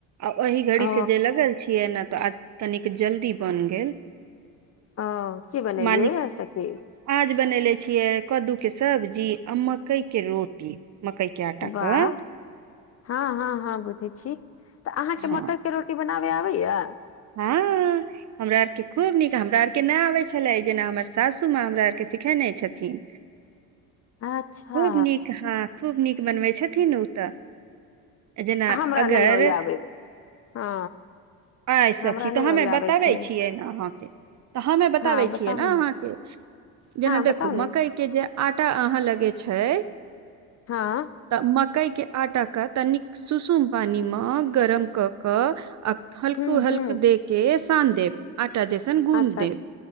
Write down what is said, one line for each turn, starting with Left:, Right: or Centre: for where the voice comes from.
Right: आ ओहि घड़ी
Left: ओ
Right: से जे लगल छियै नऽ तऽ आ कनिक जल्दी बन गेल
Left: अं की बनेलियै
Right: मालिक
Left: आ सबखी
Right: आज बनेले छियै कद्दू के सब्जी आ मकई के रोटी मकई कए टाकऽ
Left: वाह हँ हँ हँ बुझै छी तऽ अहाँके
Right: हँ
Left: मकइके रोटी बनाबे आबैया
Right: हँ हमरा आर के खूब नीक हमरा आरके ना आबै छलै जेना हमर सासू माँ हमरा आरके सिखेने छथिन
Left: अच्छा
Right: खूब नीक हँ खूब नीक बनबै छथिन ओ तऽ जेना
Left: हमरा
Right: अगर
Left: नय ओ आबेब हँ
Right: आए सखी
Left: हमरा
Right: तऽ
Left: नहि
Right: हमे
Left: ओरि
Right: बताबै
Left: आबै छै
Right: छियै ने अहाँके तऽ हमे बताबै
Left: हँ बताउ
Right: छियै ने अहाँके जेना
Left: हँ बताउ
Right: देखू
Left: ने
Right: मकई के जे आटा अहाँ लगे छय
Left: हँ
Right: तऽ मकई के आटा के तनिक सुसुम पानी मे गरम क कऽ आ
Left: हूँ
Right: कूहल्क
Left: हूँ
Right: दे के सान देब आटा जैसन गूद
Left: अच्छा
Right: देब